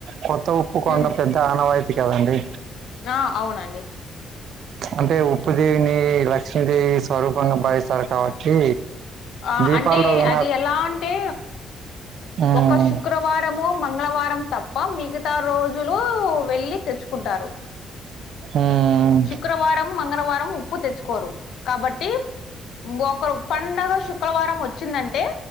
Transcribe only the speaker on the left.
ఉమ్
ఆ అవునండి
ఆ
అంటే
అది ఎలా అంటే
ఒక శు క్రవారము మంగళవారం తప్ప మిగతా రోజులు వెళ్ళి తెచ్చుకుంటారు
శుక్రవారము మంగళవారము ఉప్పు తెచ్చుకోరు కాబట్టి ఒక పండగ శుక్రవారం వచ్చిందంటే